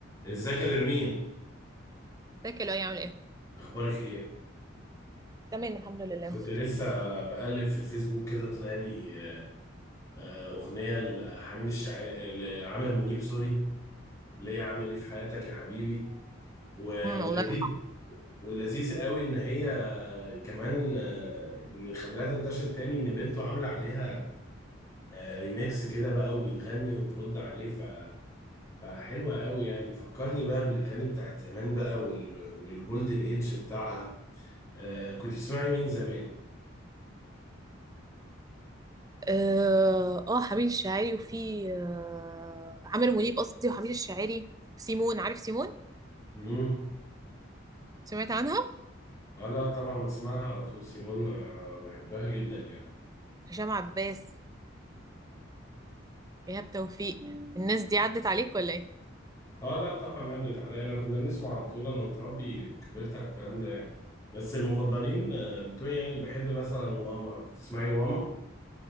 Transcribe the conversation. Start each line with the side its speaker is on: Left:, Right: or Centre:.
Left: ازيك يا نرمين
Right: ازيك يا لؤي عامل ايه؟
Left: اخبارك ايه
Right: تمام الحمد لله
Left: كنت لسه بقلب في الفيسبوك كده طلع لي آه، اغنيه لحميد الشاعري لعامر منيب سوري اللي هي عامل ايه في حياتك يا حبيبي و-
Right: امم الله
Left: واللذيذ
Right: يرحمه
Left: واللذيذ قوي ان هي كمان آه، اللي خلاها تنتشر تاني ان بنته عامله عليها آه، ريميكس كده بقى وبتغني وترد عليه ف فحلوه قوي يعني فكرني بقى بالاغاني بتاعت زمان بقى وال... والجولدن ايدج بتاعها آه، كنت بتسمعي مين زمان؟
Right: اه آه، حميد الشاعري وفي آه عامر منيب قصدي وحميد الشاعري سيمون عارف سيمون؟
Left: مم.
Right: سمعت عنها؟
Left: اه لا طبعا بسمعها على طول سيمون آه، بحبها جدا يعني
Right: هشام عباس ايهاب توفيق الناس دي عدت عليك ولا ايه؟
Left: اه لا طبعا عدت عليا انا كنا بنسمع على طول انا متربي كبرت على الكلام ده يعني بس المفضلين آه، بتوعي يعني بحب مثلا واما بتسمعي واما